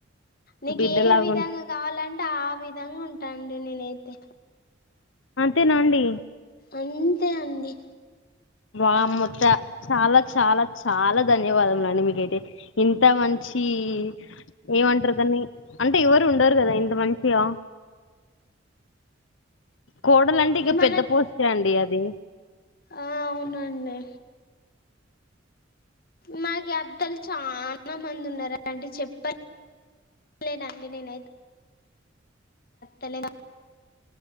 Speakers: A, on the left; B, on the left.
A: నీకు
B: బిడ్డలాగా
A: ఏ విధంగా కావాలంటే ఆ విధంగా ఉంటాండి నేనైతే
B: అంతేనాండి
A: అంతే అండి
B: బ మొత్త చాలా చాలా చాలా ధన్యవాదము అండి మీకైతే ఇంత మంచి మంచి ఏమంటారుదని అంటే ఎవరు ఉండరు కదా ఇంత మంచియా కోడలంటే ఇక
A: ఏం పనత్
B: పెద్ద పోస్టే అండి అది
A: ఆ అవునండి మాకు అత్తలు చాలా మంది ఉన్నారు అంటడి చెప్ప లే నండి నేనైతే తలే